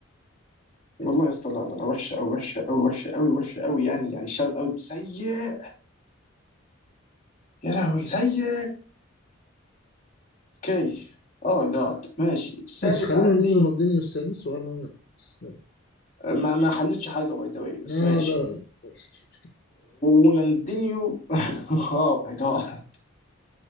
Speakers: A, on the left; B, on the left.
A: والله يا اسطى لا لا لا وحشه قوي وحشه قوي وحشه قوي وحشه قوي يعني يعني شاوت اوت سيء يا لهوي سيء اوكي اه جاد ماشي السادس
B: ماشي خلينا
A: عندي
B: نقول رونالدينيو السادس وأرنولد الخامس يلا.
A: ما ما حلتش حاجه باي ذا واي بس
B: آه
A: ماشي
B: ده رأيي ماشي مش مشكلة
A: ولاندينيو <laughs> اوه ماي جاد